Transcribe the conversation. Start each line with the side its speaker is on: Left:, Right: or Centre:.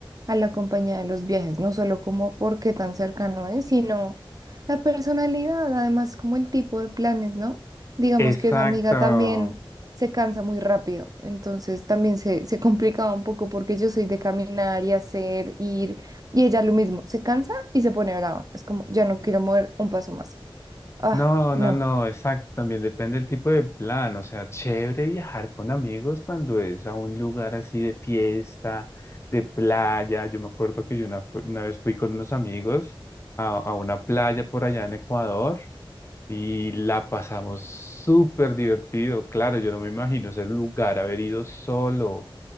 Right: a la compañía de los viajes, no solo como por qué tan cercano es, sino la personalidad, además como el tipo de planes, ¿no? Digamos
Left: Exacto.
Right: que esa amiga también se cansa muy rápido. Entonces también se, se complicaba un poco porque yo soy de caminar y hacer, ir, y ella lo mismo, se cansa y se pone brava. Es como, ya no quiero mover un paso más. Ah,
Left: No, no,
Right: no.
Left: no, exacto, también depende del tipo de plan, o sea, chévere viajar con amigos cuando es a un lugar así de fiesta, de playa, yo me acuerdo que yo una, fu- una vez fui con unos amigos a, a una playa por allá en Ecuador y la pasamos súper divertido, claro, yo no me imagino ese lugar, haber ido solo